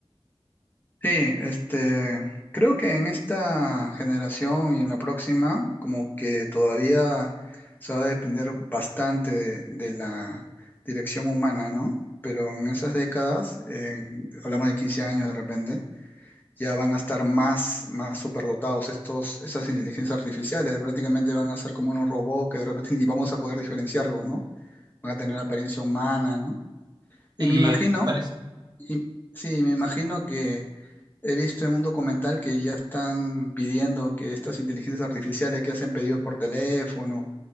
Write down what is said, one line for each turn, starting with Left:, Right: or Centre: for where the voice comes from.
Left: Sí, este, creo que en esta generación y en la próxima, como que todavía se va a depender bastante de, de la dirección humana, ¿no? Pero en esas décadas, en- hablamos de 15 años de repente, ya van a estar más, más superdotados estos, estas inteligencias artificiales, prácticamente van a ser como unos robots que de repente <laughs> ni vamos a poder diferenciarlos, ¿no? Van a tener apariencia humana, ¿no? Y
Right: Sí,
Left: me imagino
Right: eh, parece.
Left: y- sí, me imagino que he visto en un documental que ya están pidiendo que estas inteligencias artificiales que hacen pedidos por teléfono